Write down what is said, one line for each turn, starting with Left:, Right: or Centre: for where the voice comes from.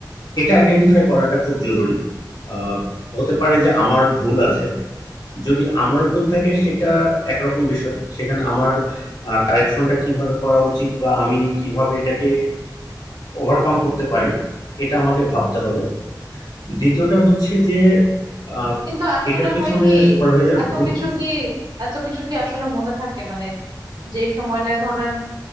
Left: এটা আইডেন্টিফাই করাটা খুব জরুরি আহ, হতে পারে যে আমার ভুল আছে যদি আমার ভুল থাকে সেটা একরকম বিষয় সেখানে আমার কারেকশনটা কিভাবে করা উচিত বা আমি কিভাবে এটাকে ওভারকাম করতে পারি এটা আমাকে ভাবতে হবে দ্বিতীয়টা হচ্ছে যে আহ,
Right: কিন্তু আসলে
Left: এটার পেছনে
Right: হয় কি
Left: সুপারভাইজার
Right: এত
Left: ভুল
Right: কিছু
Left: বুঝ-
Right: কি এত কিছু কি আসলে মনে থাকে মানে যে সময়টায় ধরেন